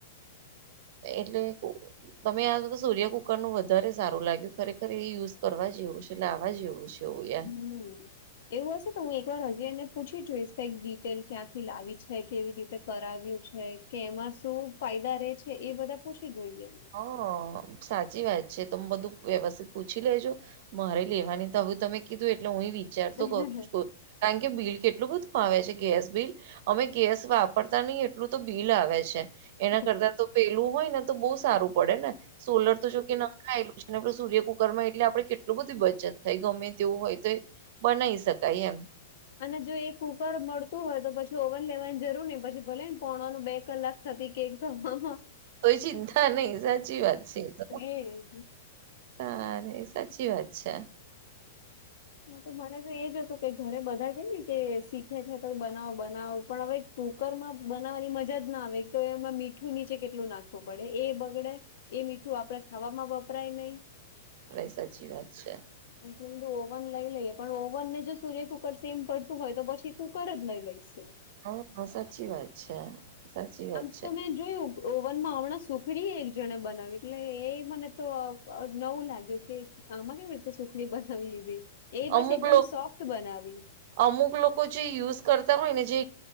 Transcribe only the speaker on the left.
હમ. એવું હશે તો હું એક વાર હજી એને પૂછી જોઈશ કઈ ડિટેલ ક્યાંથી લાવી છે કેવી રીતે કરાવ્યું છે. કે એમાં શું ફાયદા રે છે એ બધા પૂછી જોઈએ.
એને
હમ
અને જો એ કુકર મળતું હોય તો પછી ઓવન લેવાની જરૂર નહી પછી ભલે ને પોણવાનું બે કલાક. કેક થવામાં
એજ
હા તો મને તો એજ હતું. ઘરે બધા કે ને કે શીખે છે તો બનાવો બનાવો પણ હવે કુકરમાં બનાવવાની મજા જ ના આવે. તો એમાં મીઠું નીચે કેટલું નાખવું પડે એ બગડે એ મીઠું આપડા ખાવામાં વપરાય નહી
<inaudible> <inaudible> ઓવન લઈ લઈએ, પણ ઓવન ને જો સૂર્ય કુકર સેમ પડતું હોય, તો પછી એ કુકર જ લઈ લઈશું.
આમ
તો મેં જોયું, ઓવનમાં હમણાં સુખડીએ એક જણે બનાવી, એટલે એ મને તો નવું લાગ્યું કે આમાં કેવી રીતે સુખડી બનાવી લેવી? એ
પાછી એકદમ
સોફ્ટ બનાવી.